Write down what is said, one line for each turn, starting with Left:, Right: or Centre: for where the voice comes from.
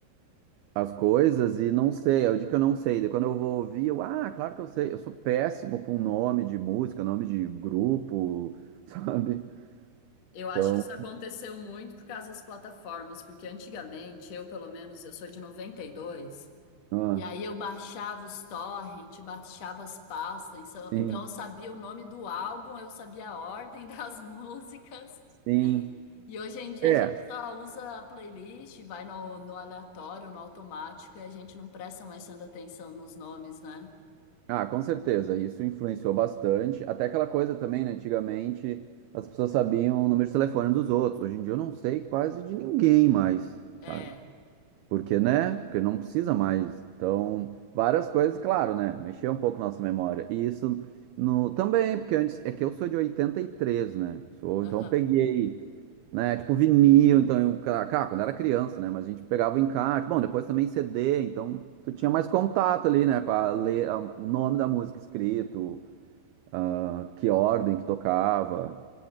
Right: as coisas e não sei, é o dia que eu não sei. Daí quando eu vou ouvir, eu, ah, claro que eu sei. Eu sou péssimo com nome de música, nome de grupo, <laughs> sabe?
Left: eu acho
Right: Então,
Left: que isso aconteceu muito por causa das plataformas, porque antigamente, eu pelo menos, eu sou de 92.
Right: ah,
Left: E aí eu baixava os torrent, baixava as pastas, então
Right: sim,
Left: então eu sabia o nome do álbum, eu sabia a ordem <laughs> das músicas.
Right: sim.
Left: E hoje em dia
Right: É.
Left: a gente só usa a playlist, vai no, no aleatório, no automático, e a gente não presta mais tanta atenção nos nomes, né?
Right: Ah, com certeza, isso influenciou bastante. Até aquela coisa também, né? Antigamente as pessoas sabiam o número de telefone dos outros. Hoje em dia eu não sei quase de ninguém mais, sabe?
Left: É,
Right: Porque, né? Porque não precisa mais. Então, várias coisas, claro, né? Mexer um pouco nossa memória. E isso no também, porque antes é que eu sou de oitenta e três né? Sou,
Left: aham.
Right: então eu peguei, né, tipo vinil, então eu, ca- cara, quando era criança, né, mas a gente pegava o encarte. Bom, depois também CD, então tu tinha mais contato ali, né, com a, le- a- o nome da música escrito, ah, que ordem que tocava.